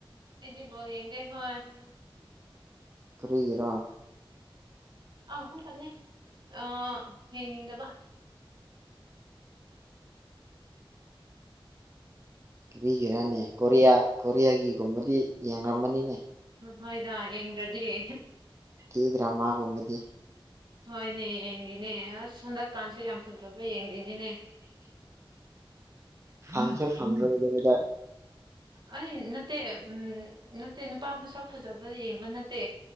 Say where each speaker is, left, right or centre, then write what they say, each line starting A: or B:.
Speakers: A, on the right; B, on the right.
A: ꯑꯩꯗꯤ ꯕꯣꯜ ꯌꯦꯡꯗꯦ ꯍꯣꯏ <unintelligible>
B: ꯀꯔꯤꯒꯤꯔꯥ
A: ꯑꯍꯨꯝ ꯇꯪꯅꯦ ꯑꯥ ꯌꯦꯡꯅꯤꯡꯗꯕ
B: ꯃꯤꯒꯤꯔꯅꯦ ꯀꯣꯔꯤꯌꯥ ꯀꯣꯔꯤꯌꯥꯒꯤꯒꯨꯝꯕꯗꯤ ꯌꯦꯡꯂꯝꯃꯅꯤꯅꯦ
A: ꯎꯝ ꯍꯣꯏꯗ ꯌꯦꯡꯗ꯭ꯔꯗꯤ
B: ꯀꯦ ꯗ꯭ꯔꯥꯃꯥꯒꯨꯝꯕꯗꯤ
A: ꯍꯣꯏꯅꯦ ꯌꯦꯡꯒꯦꯅꯦ ꯑꯁ ꯍꯟꯗꯛꯀꯥꯟꯁꯦ ꯌꯥꯝ ꯐꯖꯕ ꯌꯦꯡꯗꯤꯅꯤꯅꯦ
B: <inaudible> ꯐꯪꯁꯨ ꯐꯪꯉꯔꯣꯏꯗꯕꯗ
A: ꯑꯩ ꯅꯠꯇꯦ ꯎꯝ ꯅꯠꯇꯦ ꯅꯨꯄꯥ ꯃꯁꯛ ꯐꯖꯕ ꯌꯦꯡꯕ ꯅꯠꯇꯦ